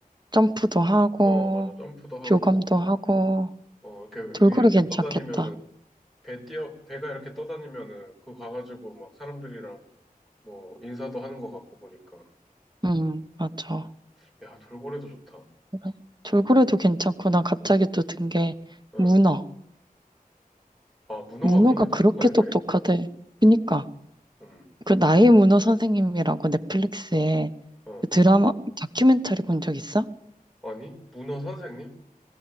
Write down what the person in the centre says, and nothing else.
어, 맞아. 점프도 하고,
어, 이렇게 위에
배 떠다니면은, 배 뛰어, 배가 이렇게 떠다니면은, 그거 가가지고 막 사람들이랑 뭐 인사도 하는 것 같고 보니까.
어. 야, 돌고래도 좋다.
어.
아, 문어가
그렇게
똑똑한 애매.
음,
어,
아니, 문어 선생님?